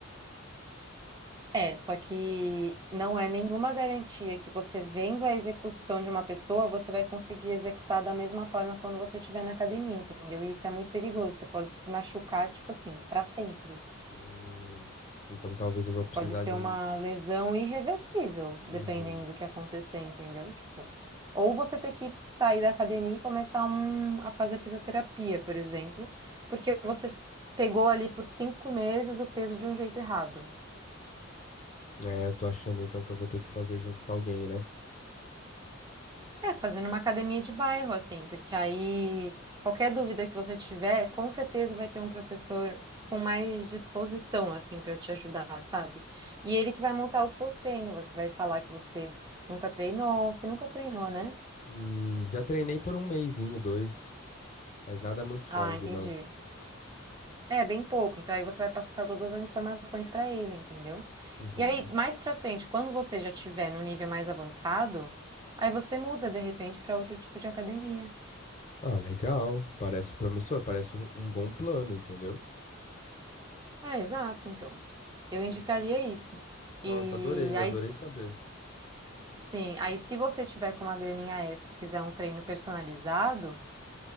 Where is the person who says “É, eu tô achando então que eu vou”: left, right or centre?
Left